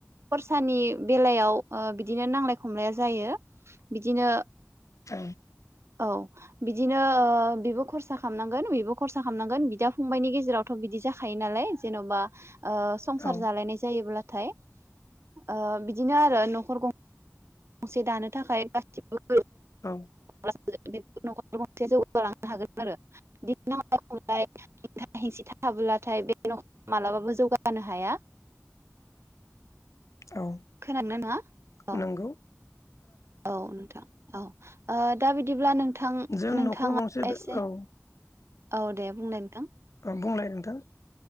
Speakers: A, on the right; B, on the left.
A: खरसानि बेलायाव ओ बिदिनो नांलाय खमलाया जायो बिदिनो
B: औ।
A: औ बिदि बिदिनो ओ बेबो खरसा खालामनांगोन बेबो खरसा खालामनांगोन बिदा फंबायनि गेजेरावथ बिदि जाखायो नालाय जेनबा संसार
B: औ
A: जालायनाय जायोब्ला। नाथाय ओ बिदिनो आरो नखर गं गंसे दानो थाखाय गासिबो
B: औ
A: <unintelligible> नखर गंसेया जौगालांनो हागोन आरो बिदि नांलाय खमलाय <unintelligible> <unintelligible> मालाबाबो जौगानो हाया
B: औ
A: खोनादोंना अ
B: नंगौ
A: औ नोंथां औ ओ दा बिदिब्ला नोंथां
B: जों
A: नोंथाङा
B: न'खर गंसे
A: एसे
B: औ
A: औ दे बुंलाय नोंथां
B: बुंलाय नोंथां